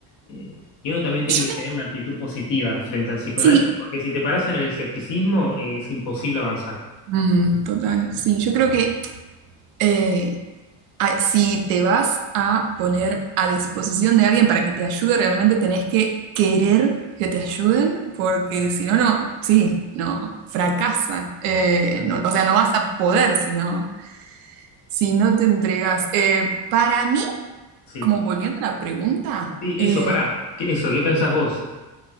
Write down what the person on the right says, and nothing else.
te-
sí,
Mm, total, sí, yo creo que eh, a- si te vas a poner a disposición de alguien para que te ayude, realmente tenés que querer que te ayuden, porque si no, no, sí, no, fracasa. Eh,
no,
o sea, no vas a poder si no, si no te entregas. Eh, para mí,
como volviendo a la pregunta,
eh,